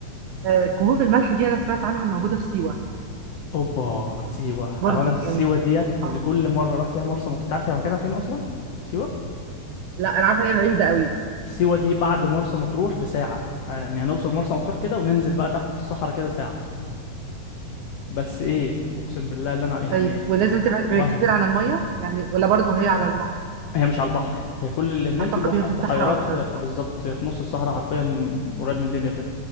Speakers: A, on the right; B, on the left.
A: آه، كهوف الملح دي انا سمعت عنها موجودة في سيوة
B: اوبا سيوه
A: برضو
B: اهو انا سيوه
A: يعني
B: ديت اللي
A: اه
B: كل مره اروح فيها مرسى مطروح تعرف هي مكانها فين اصلا سيوه
A: لا انا عارفة إن هي بعيدة قوي
B: سيوة دي بعد مرسى مطروح بساعة يعني هنوصل مرسى مطروح كده وننزل بقى تحت في الصحراء كده ساعة بس ايه اقسم بالله اللي انا يعني
A: طيب ولازم تبعد
B: وهم
A: كتير عن المية يعني ولا برضه هي على البحر
B: هي مش على البحر هي كل اللي هناك
A: اعتقد
B: في بح...
A: هي في الصحراء
B: بحيرات
A: اكتر
B: آه،
A: صح؟
B: بالظبط في نص الصحراء حرفيا قريب من ليبيا كده